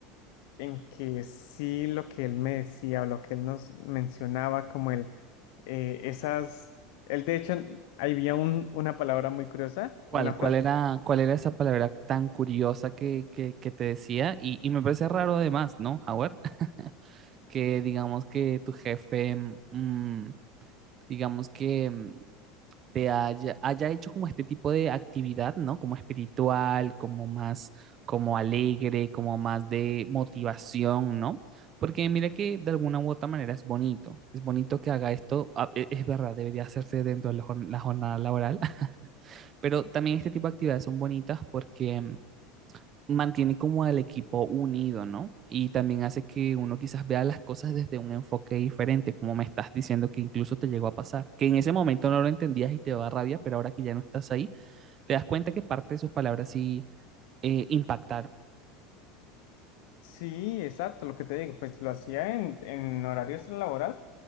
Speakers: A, on the left; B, on the right.
A: en que sí lo que él me decía o lo que él nos mencionaba, como el, eh, esas, él de hecho, ahí había un- una palabra muy curiosa,
B: ¿Cuál,
A: una frase.
B: cuál era, cuál era esa palabra tan curiosa que, que, que te decía? Y, y me parece raro además, ¿no, Howard? <laughs> Que digamos que tu jefe, mm, digamos que mm, te haya, haya hecho como este tipo de actividad, ¿no? Como espiritual, como más, como alegre, como más de motivación, ¿no? Porque mira que de alguna u otra manera es bonito, es bonito que haga esto, ah, e- es verdad, debería hacerse dentro de la jorn- la jornada laboral pero también este tipo de actividades son bonitas porque mm, mantiene como al equipo unido, ¿no? Y también hace que uno quizás vea las cosas desde un enfoque diferente, como me estás diciendo que incluso te llegó a pasar, que en ese momento no lo entendías y te daba rabia, pero ahora que ya no estás ahí, te das cuenta que parte de sus palabras sí eh, impactaron.
A: Sí, exacto, lo que te digo, pues lo hacía en, en horario laboral,